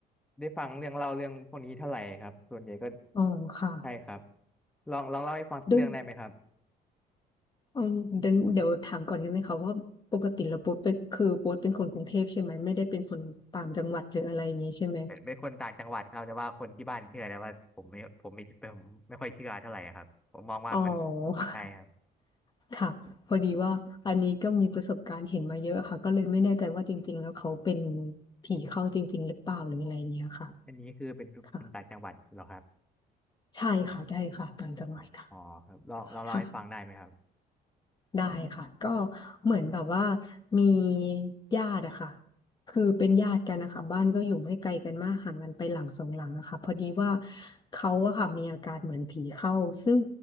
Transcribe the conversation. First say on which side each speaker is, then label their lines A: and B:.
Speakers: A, in the centre; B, on the left (about 25°).
A: ได้ฟังเรื่องเล่าเรื่องพวกนี้เท่าไหร่ครับส่วนใหญ่ก็
B: อ๋อค่ะ
A: ใช่ครับลองลองเล่าให้ฟังสักเรื่องได้ไหมครับ
B: ด้วยอืมเดี๋ยวเดี๋ยวถามก่อนได้ไหมคะว่าปกติแล้วโบ๊ทเป็นคือโบ๊ทเป็นคนกรุงเทพใช่ไหมไม่ได้เป็นคนต่างจังหวัดหรืออะไรอย่างนี้ใช่ไหม
A: เป็นเป็นคนต่างจังหวัดครับแต่ว่าคนที่บ้านเชื่อแต่ว่าผมไม่ผมไม่ผมไม่ค่อยเชื่อเท่าไหร่ครับผมมองว่ามัน
B: อ๋อ
A: ใช่ครับ
B: <laughs> ค่ะพอดีว่าอันนี้ก็มีประสบการณ์เห็นมาเยอะค่ะก็เลยไม่แน่ใจว่าจริงๆแล้วเขาเป็นผีเข้าจริงๆหรือเปล่าหรืออะไรอย่างเงี้ยค่ะ
A: อันนี้คือเป็นคนต่างจังหวัดเหรอครับ
B: ค่ะใช่ค่ะใช่ค่ะต่างจังหวัดค่ะ
A: อ๋ออ๋อครับลองลองเล่าให้ฟังได้ไหมครับ
B: ค่ะ ได้ค่ะก็เหมือนแบบว่ามีญาติอะค่ะคือเป็นญาติกันนะคะบ้านก็อยู่ไม่ไกลกันมากห่างกันไปหลังสองหลังอะค่ะพอดีว่าเขาอะค่ะมีอาการเหมือนผีเข้าซึ่ง